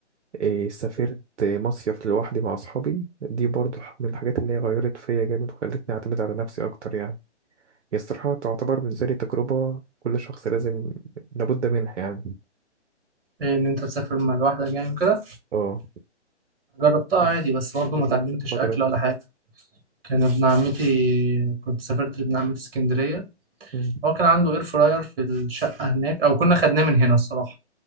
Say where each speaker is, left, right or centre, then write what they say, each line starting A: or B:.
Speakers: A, on the right (about 75°); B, on the right (about 50°).
A: إيه، سافرت مصيف لوحدي مع أصحابي دي برضو ح- من الحاجات اللي هي غيرت فيا جامد وخلتني أعتمد على نفسي أكتر يعني هي الصراحة تعتبر بالنسبة لي تجربة كل شخص لازم لابد منها يعني
B: ان انت تسافر مع لوحدك يعني كده
A: اه
B: جربتها عادي
A: بز-
B: بس برضه
A: بالذات
B: ما اتعلمتش
A: في الفترة
B: اكل
A: دي
B: ولا حاجه كان ابن عمتي كنت سافرت لابن عمتي اسكندريه
A: مم.
B: هو كان عنده اير فراير في الشقه هناك او كنا خدناه من هنا الصراحه